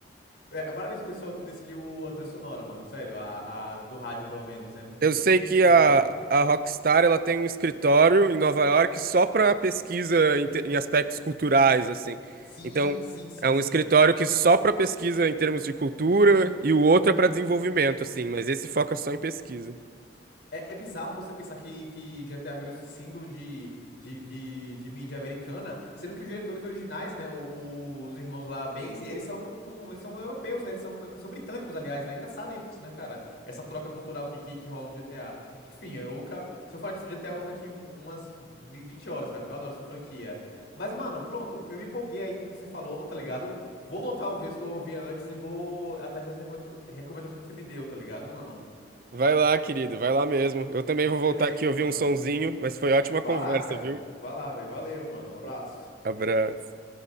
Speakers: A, on the left; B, on the right.
A: é, parabéns pro pessoal que decidiu a trilha sonora, mano. Sério, a, a do rádio, pelo menos. É muito,
B: Eu sei que
A: muito braba.
B: a, a Rockstar ela tem um escritório em Nova York só para pesquisa em, te- em aspectos culturais, assim.
A: Sim,
B: Então,
A: sim, sim,
B: é um
A: sim.
B: escritório que só para pesquisa em termos de cultura e o outro é para desenvolvimento, assim, mas esse foca só em pesquisa.
A: É, é bizarro você pensar que, que GTA virou esse símbolo de, de, de, de mídia americana, sendo que os diretores originais, né, o- o- os irmãos lá, Benzi, eles são, eles são europeus, né, eles são, eles são britânicos, aliás, né, É engraçado isso, né, cara, essa troca cultural que, que, que rola no GTA. Enfim, eu, ca- se eu falar de GTA, eu vou ficar aqui umas vi- 20 horas, cara, que eu adoro essa franquia. Mas, mano, pronto, eu me empolguei aí com o que você falou, tá ligado? Vou voltar a ouvir as que eu ouvia antes e vou atrás das recomenda- recomendações que você me deu, tá ligado, mano?
B: Vai lá, querido, vai lá mesmo. Eu também vou
A: Beleza,
B: voltar aqui ouvir
A: mano.
B: um sonzinho, mas foi ótima
A: Vai
B: conversa,
A: lá, cara.
B: viu?
A: Vai lá, velho. Valeu, mano. Um abraço.
B: Abraço.